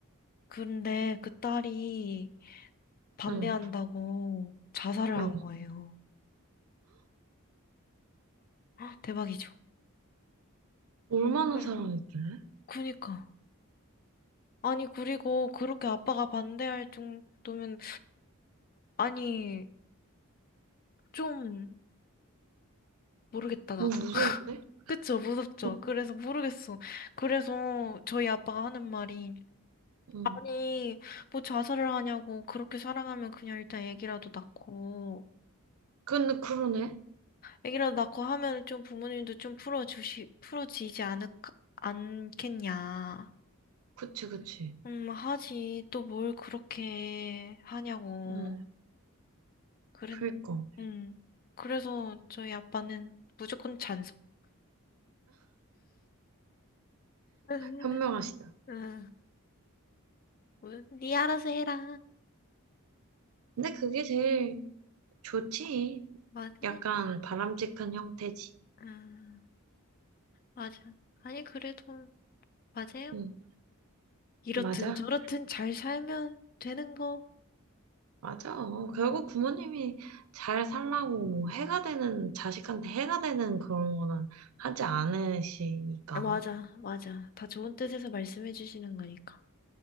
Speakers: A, on the left; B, on the right.
A: 근데 그 딸이 반대한다고
B: 응, 응.
A: 자살을
B: 응.
A: 한 거예요. 헉, 대박이죠.
B: 얼마나
A: 그래.
B: 살아있길래?
A: 그니까. 아니, 그리고 그렇게 아빠가 반대할 정도면, 아니, 좀, 모르겠다, 나도.
B: 너무 무서운데?
A: <laughs> 그쵸, 무섭죠.
B: 너,
A: 그래서 모르겠어. 그래서 저희 아빠가 하는 말이,
B: 응.
A: 아니, 뭐 자살을 하냐고, 그렇게 사랑하면 그냥 일단 애기라도 낳고,
B: 근데 그러네?
A: 애기라도 낳고 하면 좀 부모님도 좀 풀어주시, 풀어지지 않을, 않겠냐.
B: 그치, 그치.
A: 음, 하지. 또 뭘 그렇게 하냐고.
B: 응,
A: 그래,
B: 그니까.
A: 음. 그래서 저희 아빠는 무조건 찬성. <laughs>
B: 현명하시다.
A: 응, 뭐, 니 알아서 해라.
B: 근데 그게 제일 좋지.
A: 맞아.
B: 약간 바람직한 형태지.
A: 응, 맞아. 아니, 그래도, 맞아요.
B: 응,
A: 이렇든
B: 맞아.
A: 저렇든 잘 살면 되는 거.
B: 맞아. 결국 부모님이 잘 살라고 해가 되는, 자식한테 해가 되는 그런 거는 하지 않으시니까.
A: 아, 맞아, 맞아. 다 좋은 뜻에서 말씀해 주시는 거니까.